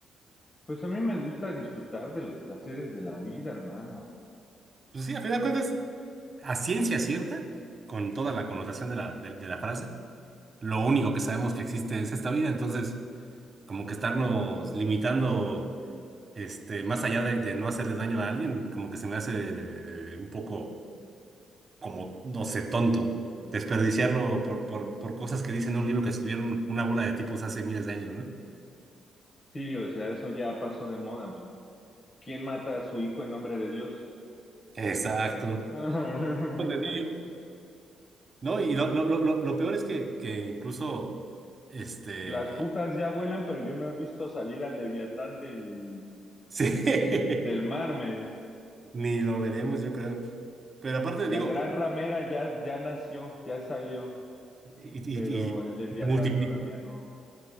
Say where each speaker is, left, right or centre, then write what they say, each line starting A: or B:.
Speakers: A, on the left; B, on the right.
A: Pues a mí me gusta disfrutar de los placeres de la vida, hermano.
B: Pues sí, a final de cuentas, a ciencia cierta, con toda la connotación de la, de, de la frase, lo único que sabemos que existe es esta vida, entonces como que estarnos limitando este, más allá de, de no hacerle daño a alguien, como que se me hace eh, un poco, como, no sé, tonto desperdiciarlo por, por, por cosas que dicen en un libro que escribieron una bola de tipos hace miles de años, ¿no?
A: Sí, o sea, eso ya pasó de moda, men. ¿Quién mata a su hijo en nombre de Dios?
B: Exacto.
A: <laughs>
B: De Dios. No, y lo, lo, lo, lo lo peor es que, que incluso, este,
A: Las putas ya vuelan, pero yo no he visto salir al Leviatán del,
B: sí,
A: del mar, men.
B: <laughs> ni lo veremos, yo creo. Pero aparte
A: La
B: digo,
A: gran ramera ya, ya nació, ya salió,
B: y,
A: pero
B: y,
A: el Leviatán
B: y se multiplicó.
A: todavía no.